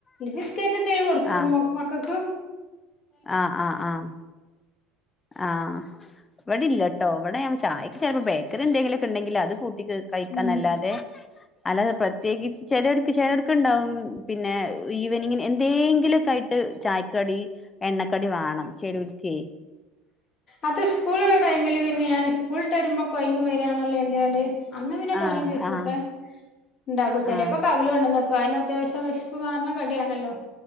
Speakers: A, on the left; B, on the left.
A: ബിസ്കറ്റ് എന്തേലും കൊടുക്കുമോ
B: ആഹ്
A: മക്കൾക്ക്?
B: ആഹ്! ആഹ്! ആഹ്! ആഹ്! ഇവിടില്ലട്ടോ ഇവിടെ ഞാൻ ചായയ്ക്ക് ചെലപ്പോ ബേക്കറി എന്തെങ്കിലൊക്കെണ്ടെങ്കില് അത് കൂട്ടി കഴിക്കാന്നല്ലാതെ.
A: ഉം
B: അല്ലതെ പ്രത്യേകിച്ച് ചെലര്ക്ക് ചെലര്ക്ക്ണ്ടാവും പിന്നെ ഈവനിംഗ് എന്തേങ്കിലുക്കെ യിട്ട് ചായ്ക്കടി എണ്ണക്കടി വേണം ചിലോർക്കേ.
A: അത് സ്കൂള്ള്ള ടൈമില് പിന്നെ ഞാന് സ്കൂളിട്ട് വരുമ്പോ കൊയങ്ങി വരാണല്ലേന്തിയാണ്ട് അന്ന് പിന്നെ
B: ആഹ്
A: തോന്നിയ ദിവസൊ
B: ആഹ്
A: ക്കെ ണ്ടാക്കൂ ചെലേപ്പൊക്കെ
B: ആഹ്
A: അവില് കൊണ്ടന്നെക്കും വയറിനു അത്യാവശ്യം വെശ്പ്പ് മാറ്ണ കടിയാണല്ലോ?